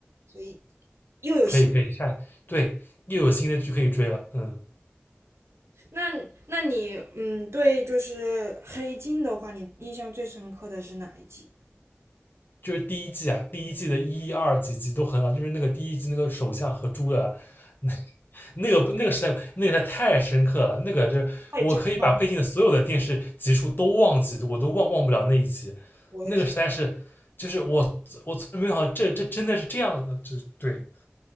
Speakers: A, on the right (about 85°); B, on the left (about 50°).
A: 所以又有新。
B: 可以可以，下，对，又有新的剧可以追了。嗯
A: 那那你嗯，对，就是黑镜的话，你印象最深刻的是哪一集？
B: 就是第一季啊，第一季的一二几集都很好，就是那个第一季那个首相和猪的，那 <laughs> 那个不那个时代那个时代太深刻了，那个就是我可以把配镜的所有的电视集数都忘记，
A: 太震撼了，
B: 我都忘忘不了那一集，
A: 我也是
B: 那个时代是就是我我从来没有想到这这真的是这样的，这对